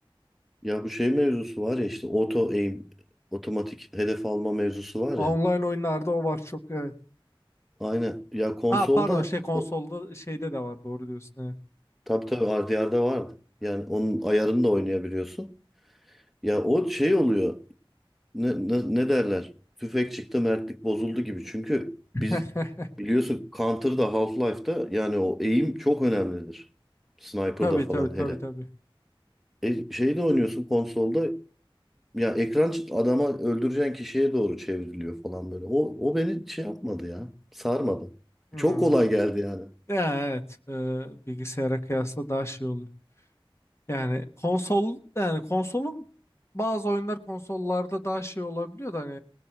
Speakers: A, in the centre; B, on the left.
A: Ya bu şey mevzusu var ya işte auto aim, otomatik hedef alma mevzusu var
B: Online
A: ya.
B: oyunlarda o var çok evet.
A: Aynen. Ya konsolda
B: Ha pardon şey konsolda
A: o,
B: şeyde de var doğru diyorsun.
A: tabii tabii RDR'da vardı. Yani onun ayarını da oynayabiliyorsun. Ya o şey oluyor. Ne, ne, ne derler? Tüfek çıktı, mertlik bozuldu gibi. Çünkü biz
B: Evet.
A: biliyorsun Counter'da, Half-Life'da yani o aim çok önemlidir. Sniper'da
B: <laughs> Tabii
A: falan
B: tabii tabii
A: hele.
B: tabii.
A: E, şeyde oynuyorsun konsolda Ya ekran çı- adama öldüreceğin kişiye doğru çevriliyor falan böyle. O, o beni şey yapmadı ya. Sarmadı.
B: Hmm.
A: Çok kolay geldi yani.
B: Ya, evet e, bilgisayara kıyasla daha şey oluyor. Yani konsol yani konsolun bazı oyunlar konsollarda daha şey olabiliyor da hani